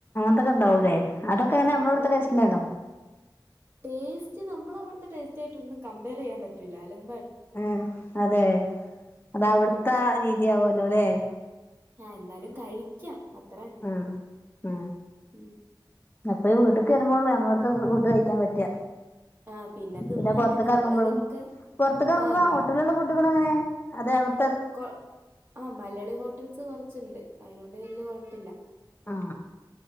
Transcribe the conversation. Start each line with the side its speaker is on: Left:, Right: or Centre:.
Left: ക്കെ ഉണ്ടാവുല്ലെ അതൊക്കെ എങ്ങനെ നമ്മുടെ
Right: ആഹ് അതൊക്കെ
Left: അടുത്തെ ടേസ്റ്റ്
Right: ഉണ്ടാവും
Left: തന്നെയാണോ
Right: ടേസ്റ്റ് നമ്മള അവിത്തെ ടേസ്റ്റ് ആയിട്ട് ഒന്നും കമ്പെയർ ചെയ്യാൻ പറ്റുല്ല അലം
Left: ആ അതെ അത അവിടുത്തെ
Right: ആഹ്
Left: രീതിയാവുല്ലോല്ലെ
Right: ആ എന്നാലും കഴിക്കാം തന്നെ
Left: ആ ആ
Right: ഉം
Left: അപ്പൊ വീട്ടിൽക്ക് വരുമ്പോള്ളൂ നമ്മടുത്തെ ഫുഡ് കഴിക്കാൻ പറ്റിയ
Right: ആഹ് തിന്ന്
Left: പിന്നെ
Right: തന്നെ
Left: പൊറത്തേക്ക്
Right: നമ്മള്
Left: ഇറങ്ങുമ്പോഴും
Right: ഇതൊക്കെ
Left: പൊറത്തൊക്ക ഇറങ്ങുമ്പോ
Right: ആഹ് നം
Left: ഹോട്ടലിലുള്ള ഫുഡക്കെ എങ്ങനെ അതെ അവർ
Right: കൊ ആ മലയാളി ഹോട്ടൽസ് കൊറച്ചുണ്ട് അതിനൊണ്ട് വലിയ കൊഴപ്പില്ല
Left: ആ